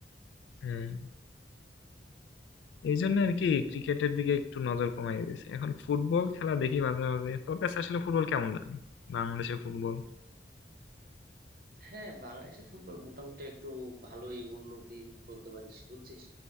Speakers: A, on the left; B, on the right.
A: হম এই জন্য আর কি ক্রিকেটের দিকে একটু নজর কমাই দিয়েছে এখন ফুটবল খেলা দেখি মাঝে মাঝে তোর কাছে আসলে ফুটবল কেমন লাগে বাংলাদেশের ফুটবল
B: হ্যাঁ বাংলাদেশের ফুটবল মোটামুটি একটু ভালোই উন্নতি বলতে পারিস বুঝছিস